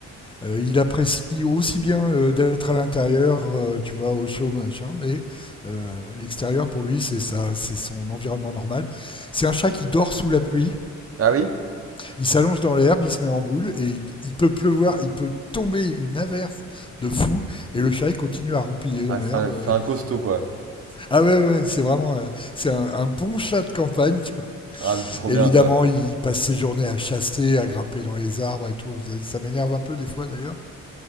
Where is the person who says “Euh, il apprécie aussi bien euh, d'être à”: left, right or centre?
Left